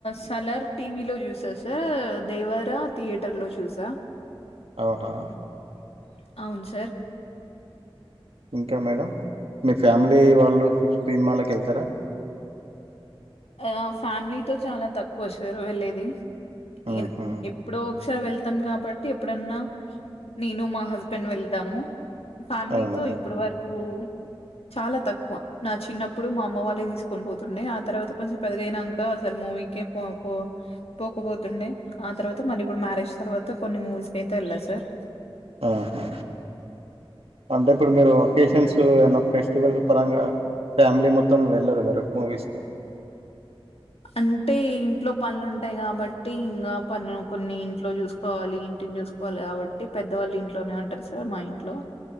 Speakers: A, on the left; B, on the right.
A: సలార్ టీవీలో చూసా సార్ దేవరా థియేటర్ లో చూసా
B: అవునా
A: <inaudible> అవును సార్
B: <inaudible> కే మేడం మీ ఫ్యామిలీ వాళ్ళు పీఫ్ సినిమాలకి వెళ్తరా
A: ఆ ఫ్యామిలీతో చాలా తక్కువ సార్ వెళ్లేేది
B: ఆహా
A: ఇన్ ఎప్పుడోక్ ఒకసారి వెళ్తాం కాబట్టి ఎప్పుడన్నా నేను మా హస్బెండ్ వెళ్తాము ఫ్యామిలీతో
B: అవునా మేడం
A: ఇప్పుడు వరకు చాలా తక్కువ నా చిన్నప్పుడు మా అమ్మ వాళ్ళే తీసుకొని పోత్ తుండే ఆ తర్వాత కొంచం పెద్దగైనాంక అసలు మూవీకే పో-పో పోకపోతుండే ఆ తర్వాత మళ్ళీ ఇప్పుడు మ్యారేజ్ తర్వాత కొన్ని మూవీస్ కి అయితే వెళ్లా సార్
B: ఆహా అంటే ఇప్పుడు మీరు అకేషన్స్ కు ఏమన్న ఫెస్టివల్ పరంగా ఫ్యామిలీ మొత్తం వెళ్ళరు మీరు మూవీస్ కు
A: అంటే ఇంట్లో పనులు ఉంటయి కాబట్టి ఇంగా పనులు కొన్ని ఇంట్లో చూసుకోవాలి ఇంటిని చూసుకోవాలి కాబట్టి పెద్దవాళ్ళు ఇంట్లోనే ఉంటరు సార్ మా ఇంట్లో